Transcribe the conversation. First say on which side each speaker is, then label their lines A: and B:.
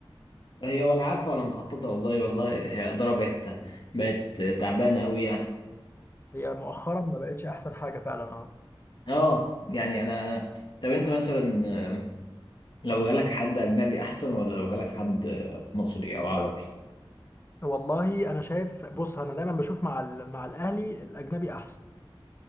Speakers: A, on the left; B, on the left.
A: هي ولا عارفه ولا مخططه والله والله هي اداره بقت بقت تعبانه قوي يعني
B: هي مؤخرا ما بقتش احسن حاجه فعلا اهو
A: اه يعني انا أنا- طب انت مثلا آه، لو جالك حد اجنبي احسن ولا لو جالك حد آه، مصري او عربي
B: والله انا شايف بص انا دايما بشوف مع ال- مع الاهلي الاجنبي احسن